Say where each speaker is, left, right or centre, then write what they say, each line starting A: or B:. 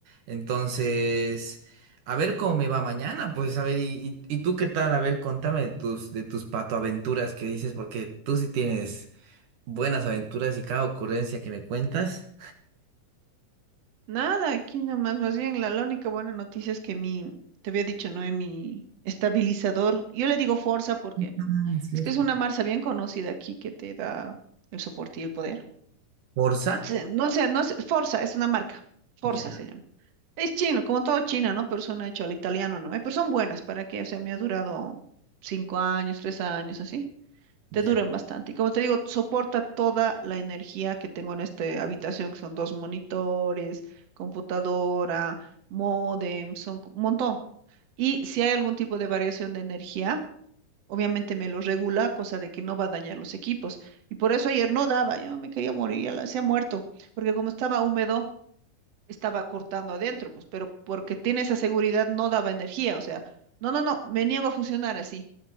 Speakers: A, on the right; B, on the right.
A: Entonces, a ver cómo me va mañana, pues a ver, y, y, y tú qué tal, a ver, contame de tus, de tus patoaventuras que dices, porque tú sí tienes buenas aventuras y cada ocurrencia que me cuentas.
B: Nada, aquí nomás. Más bien, la, la única buena noticia es que mi, te había dicho, ¿no? En mi estabilizador. Yo le digo Forza porque bueno,
A: Ah, es cierto.
B: es que es una marca bien conocida aquí que te da el soporte y el poder.
A: Forza,
B: se- No sé, no sé, Forza es una marca, Forza
A: ya,
B: se llama. Es chino, como todo China, ¿no? Pero suena hecho al italiano, ¿no? Eh, Pero son buenas, ¿para qué? O sea, me ha durado cinco años, tres años, así. Te
A: ya,
B: duran bastante. Y como te digo, soporta toda la energía que tengo en esta habitación, que son dos monitores, computadora, módem, son un montón. Y si hay algún tipo de variación de energía, Obviamente me lo regula, cosa de que no va a dañar los equipos. Y por eso ayer no daba, yo me quería morir, ya la- se ha muerto, porque como estaba húmedo, estaba cortando adentro, pues, pero porque tiene esa seguridad no daba energía, o sea, no, no, no, me niego a funcionar así.